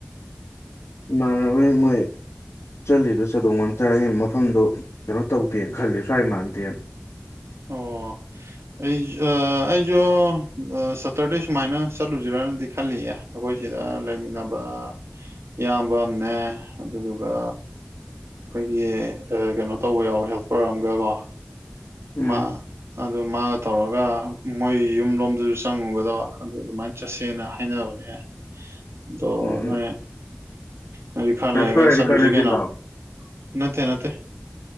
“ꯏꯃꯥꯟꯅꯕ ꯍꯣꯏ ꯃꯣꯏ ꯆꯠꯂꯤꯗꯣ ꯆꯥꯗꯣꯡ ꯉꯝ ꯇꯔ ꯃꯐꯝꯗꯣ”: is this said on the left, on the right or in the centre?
Left